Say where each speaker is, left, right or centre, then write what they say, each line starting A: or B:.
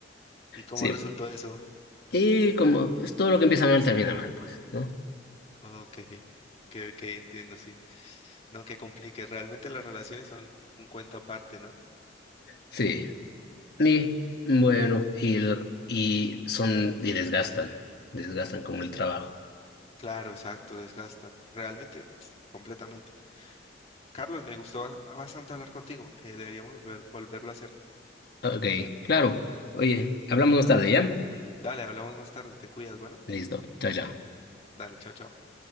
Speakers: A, on the left; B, on the left.
A: ¿y cómo
B: sí.
A: resultó eso?
B: Y como es todo lo que empieza mal termina mal, pues, ¿no?
A: Ok, que, que entiendo, sí. No, que complique, realmente las relaciones son un cuento aparte, ¿no?
B: Sí. Y bueno, y, el- y son, y desgastan, desgastan como el trabajo.
A: Claro, exacto, desgastan, realmente, pf, completamente. Carlos, me gustó ba- bastante hablar contigo, eh, deberíamos ver- volverlo a hacer.
B: Ok, claro. Oye, hablamos más tarde, ¿ya?
A: Dale, hablamos más tarde, te cuidas, bueno.
B: Listo, chao, chao.
A: Dale, chao, chao.